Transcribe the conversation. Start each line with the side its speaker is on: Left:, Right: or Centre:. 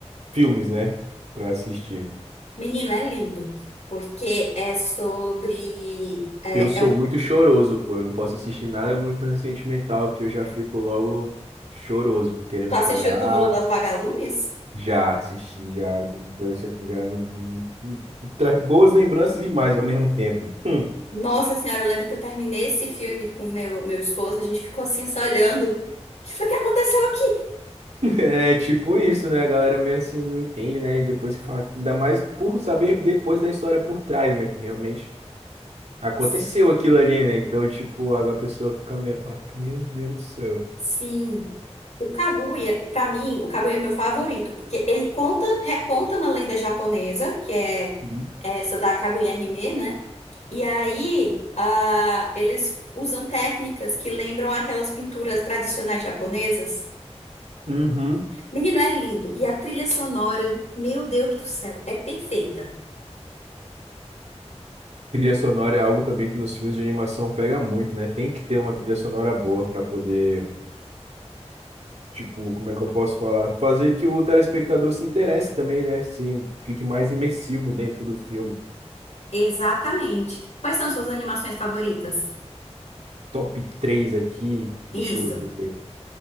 Right: filmes, né? Para assistir.
Left: Menino, é lindo, porque é sobre... É,
Right: Eu sou
Left: é um-
Right: muito choroso, pô. Eu não posso assistir nada muito sentimental que eu já fico logo choroso, querendo
Left: tu assistiu
Right: chorar.
Left: o Túmulo das Vagalumes?
Right: Já assisti, já, já não, não- não- traz boas lembranças e mais ao mesmo tempo. Hum.
Left: Nossa senhora, eu lembro que eu terminei esse filme com meu meu esposo, a gente ficou assim só olhando. O que foi que aconteceu aqui?
Right: <laughs> É tipo isso, né? A galera meio assim não entende, né? E depois que fala, ainda mais por saber depois da história por trás, né? Que realmente aconteceu
Left: Sim.
Right: aquilo ali, né? Então, tipo, a pessoa fica meio, fala, meu Deus do céu.
Left: Sim. O Kaguya, pra mim, o Kaguya é meu favorito, porque ele conta, reconta uma lenda japonesa, que é
Right: Hum.
Left: essa da Kaguya Hime, né? E aí, ah, eles usam técnicas que lembram aquelas pinturas tradicionais japonesas.
Right: Uhum.
Left: Menino, é lindo. E a trilha sonora, meu Deus do céu, é perfeita.
Right: Trilha sonora é algo também que nos filmes de animação pega muito, né? Tem que ter uma trilha sonora boa para poder Tipo, como é que eu posso falar? Fazer que o telespectador se interesse também, né? Sim, fique mais imersivo dentro do filme.
Left: Exatamente. Quais são suas animações favoritas?
Right: Top 3 aqui, deixa
Left: Isso.
Right: eu ver.